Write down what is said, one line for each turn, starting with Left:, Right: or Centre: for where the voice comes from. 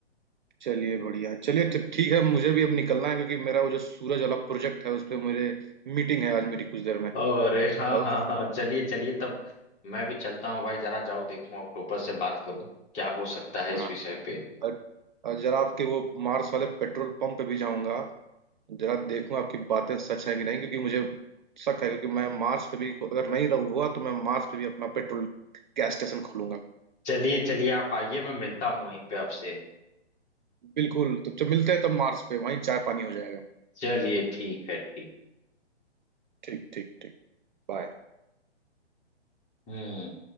Right: चलिए बढ़िया चलिए ठीक ठीक है मुझे भी अब निकलना है क्योंकि मेरा वो जो सूरज वाला प्रोजेक्ट है उस पर मुझे मीटिंग है आज मेरी कुछ देर में
Left: अरे हाँ
Right: और
Left: हाँ हाँ चलिए चलिए तब मैं भी चलता हूँ भाई जरा जाओ देखूं ऑक्टोपस से बात करूं क्या हो सकता है इस
Right: हाँ
Left: विषय पे
Right: और, और जरा आपके वो मार्स वाले पेट्रोल पंप पे भी जाऊंगा जरा देखूंगा आपकी बातें सच है कि नहीं क्योंकि मुझे शक है क्योंकि मैं मार्स पे भी अगर नहीं रहूंगा तो मैं मार्स पे भी अपना पेट्रोल गैस स्टेशन खोलूंगा
Left: चलिए चलिए आप आइए मैं मिलता हूँ वहीं पे आपसे
Right: बिल्कुल तो, तो मिलते हैं तब मार्स पे वहीं चाय पानी हो जाएगा
Left: चलिए ठीक है ठीक
Right: ठीक ठीक ठीक बाय
Left: हम्म